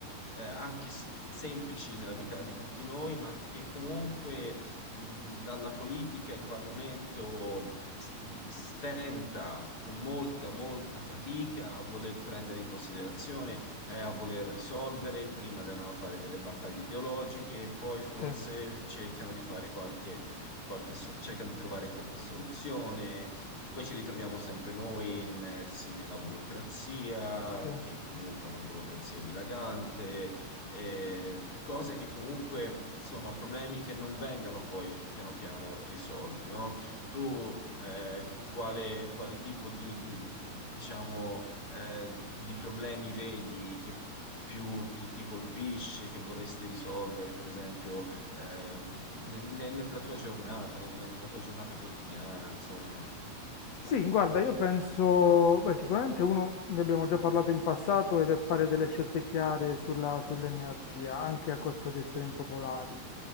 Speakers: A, on the left (about 25°); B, on the left (about 70°).
A: eh, anche s- semplici nella vita di tutti noi, ma che comunque mh, la, la politica, il Parlamento s- stenta con molta, molta fatica a voler prendere in considerazione e a voler risolvere. Prima devono fare delle battaglie ideologiche e poi forse
B: Sì,
A: cercano di fare qualche, qualche so- cercano di trovare qualche soluzione. Poi ci ritroviamo sempre noi immersi nella burocrazia,
B: sì.
A: che comunque è una burocrazia dilagante, eh, cose che comunque, insomma, problemi che non vengano poi piano piano risolti, no? Tu eh, quale, quale tipo di, di, diciamo, eh, di problemi vedi che più ti, ti colpisce, che vorresti risolvere, per esempio, eh, ne- ne- nella tua giornata, ne- nella tua giornata quotidiana, insomma.
B: Sì, guarda, io penso, beh, sicuramente uno, ne abbiamo già parlato in passato, ed è fare delle scelte chiare sulla- sull'energia, anche a costo di essere impopolari.